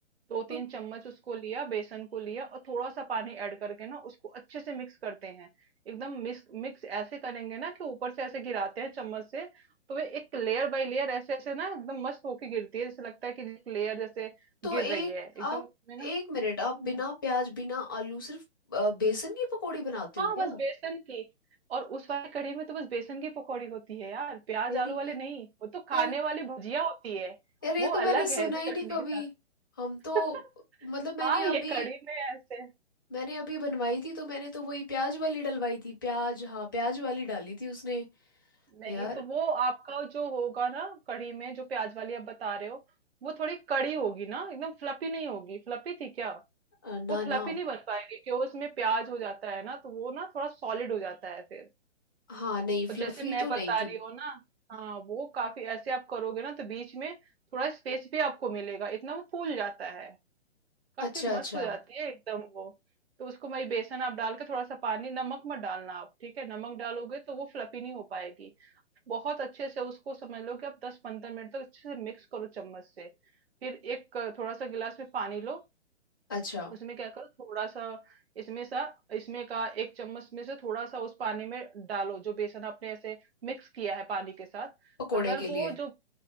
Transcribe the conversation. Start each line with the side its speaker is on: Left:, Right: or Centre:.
Right: दो तीन
Left: तो
Right: चम्मच उसको लिया बेसन को लिया और थोड़ा सा पानी ऐड करके ना उसको अच्छे से मिक्स करते हैं एकदम मिक्स मिक्स ऐसे करेंगे ना कि ऊपर से ऐसे गिराते हैं चम्मच से तो वे एक लेयर बाय लेयर ऐसे ऐसे ना एकदम मस्त होके गिरती है जैसे लगता है कि एक लेयर जैसे
Left: तो
Right: गिर
Left: एक
Right: रही है एकदम
Left: आप
Right: उसमें ना
Left: एक मिनट आप
Right: हम्म।
Left: बिना प्याज बिना आलू सिर्फ अ, बेसन की पकौड़ी बनाते
Right: हाँ
Left: हो
Right: बस
Left: क्या
Right: बेसन की और उस वाली कढ़ी में तो बस बेसन की पकौड़ी होती है यार प्याज
Left: यार
Right: आलू
Left: ये
Right: वाली नहीं वो तो खाने
Left: यार
Right: वाली भुजिया होती है
Left: यार ये
Right: वो
Left: तो मैंने
Right: अलग
Left: सुना
Right: है जो
Left: ही नहीं
Right: चटनी
Left: कभी
Right: के साथ
Left: हम तो
Right: <laughs>
Left: मतलब मैंने
Right: हाँ
Left: अभी
Right: ये कढ़ी में ऐसे
Left: मैंने अभी बनवाई थी तो मैंने तो वही प्याज वाली डलवाई थी प्याज हाँ प्याज वाली डाली थी उसने
Right: नहीं
Left: यार
Right: तो वो आपका जो होगा ना कढ़ी में जो प्याज वाली आप बता रहे हो वो थोड़ी कड़ी होगी ना एकदम फ्लफी नहीं होगी फ्लफी थी क्या
Left: अ, ना
Right: वो फ्लफी
Left: ना
Right: नहीं बन पाएगी क्योंकि उसमें प्याज हो जाता है ना तो वो ना थोड़ा सॉलिड हो जाता है फिर
Left: हाँ नहीं
Right: और
Left: फ्लफी
Right: जैसे मैं
Left: तो
Right: बता
Left: नहीं थी
Right: रही हूँ ना हाँ वो काफी ऐसे आप करोगे ना तो बीच में थोड़ा स्पेस भी आपको मिलेगा इतना वो फूल जाता है काफी
Left: अच्छा
Right: मस्त
Left: अच्छा
Right: हो जाती है एकदम वो तो उसको मैं बेसन आप डाल के थोड़ा सा पानी नमक मत डालना आप ठीक है नमक डालोगे तो वो फ्लफी नहीं हो पाएगी बहुत अच्छे से उसको समझ लो कि आप दस पंद्रह मिनट तक अच्छे से मिक्स करो चम्मच से फिर एक अ, थोड़ा सा गिलास में पानी लो
Left: अच्छा
Right: उसमें क्या करो थोड़ा सा इसमें सा इसमें का एक चम्मच में से थोड़ा सा उस पानी में डालो जो बेसन आपने ऐसे मिक्स किया है पानी के साथ
Left: पकोड़े
Right: अगर
Left: के
Right: वो
Left: लिए
Right: जो